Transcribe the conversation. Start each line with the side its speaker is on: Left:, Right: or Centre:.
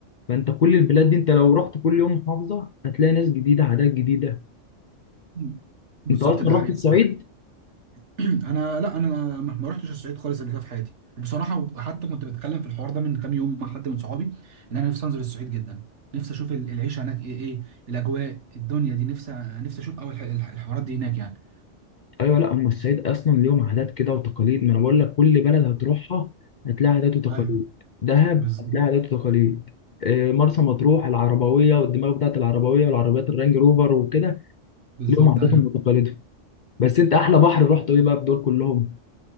Left: فأنت كل البلاد دي أنت لو رحت كل يوم محافظة هتلاقي ناس جديدة عادات جديدة
Right: مم. بالظبط
Left: أنت أصلا
Right: ده حقيقة
Left: رحت الصعيد
Right: <clears throat> انا لا انا ما ما رحتش الصعيد خالص قبل كده في حياتي بصراحة وحتى كنت بتكلم في الحوار ده من كام يوم مع حد من صحابي ان انا نفسي انزل الصعيد جدا نفسي اشوف ال- العيشة هناك ايه ايه الاجواء الدنيا دي نفسي نفسي اشوف اول الحوارات دي هناك يعني
Left: ايوه لا هم الصعيد اصلا ليهم عادات كده وتقاليد ما انا بقول لك كل بلد هتروحها هتلاقي عادات وتقاليد
Right: ايوه
Left: دهب
Right: بالظبط
Left: هتلاقي عادات وتقاليد آه، مرسى مطروح العربويه والدماغ بتاعت العربويه والعربيات الرانج روفر وكده
Right: بالظبط
Left: ليهم عاداتهم
Right: ايوه
Left: وتقاليدهم بس انت احلى بحر رحته ايه بقى في دول كلهم